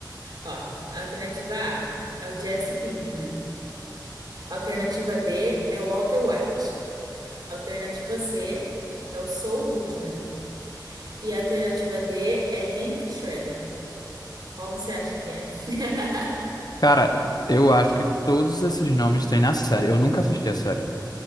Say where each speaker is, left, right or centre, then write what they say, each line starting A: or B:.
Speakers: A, on the right; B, on the left.
A: Ó, alternativa A é o Jesse Pinkman. Alternativa B é o Walter White. Alternativa C é o Saul Goodman. E a alternativa D é Hank Shredder. Qual você acha que é? <laughs>
B: Cara, eu acho que todos esses nomes têm na série. Eu nunca assisti a série.